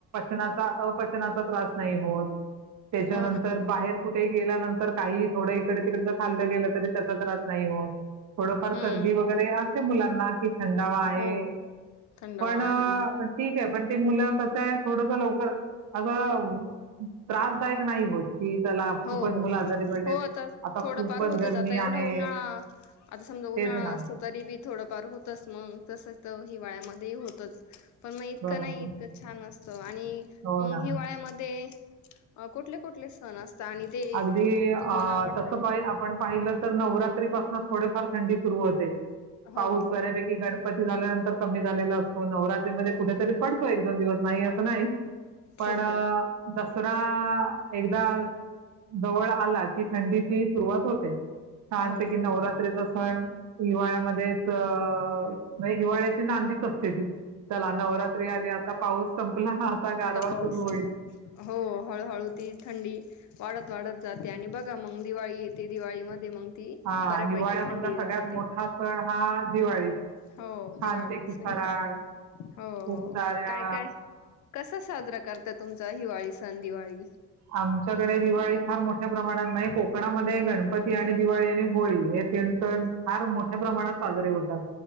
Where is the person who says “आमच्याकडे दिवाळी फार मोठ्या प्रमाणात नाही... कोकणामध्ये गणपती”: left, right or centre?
Right